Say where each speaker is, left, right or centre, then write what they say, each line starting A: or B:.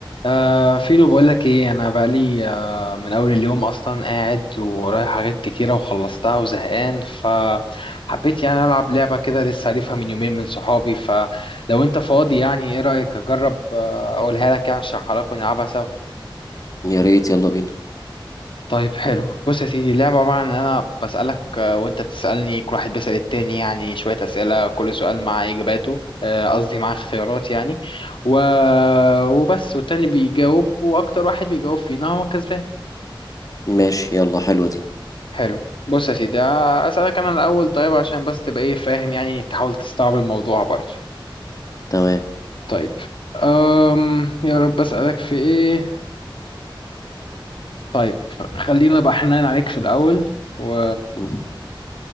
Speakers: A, on the left; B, on the left.
A: آه فيلو بقولك ايه انا بقالي آه من اول اليوم اصلا قاعد ورايح حاجات كتيره وخلصتها وزهقان فحبيت يعني العب لعبه كده لسه عارفها من يومين من صحابي فلو انت فاضي يعني ايه رايك اجرب آه اقولها لك يعني اشرحها لك ونلعبها سوا
B: يا ريت يلا بينا
A: طيب <laughs> حلو بص يا سيدي اللعبه عباره عن ان انا بسالك آه وانت بتسالني كل واحد بيسال التاني يعني شويه اسئله كل سؤال مع اجاباته آه، قصدي مع اختيارات يعني و... وبس والتاني بيجاوب واكتر واحد بيجاوب فينا هو كسبان
B: ماشي يلا حلوة دي
A: حلو بص يا سيدي آه، أسألك أنا الأول طيب عشان بس تبقى إيه فاهم يعني تحاول تستوعب الموضوع برضه
B: تمام
A: طيب أم يا رب أسألك في إيه طيب خلينا بقى حنان عليك في الأول و...
B: مم.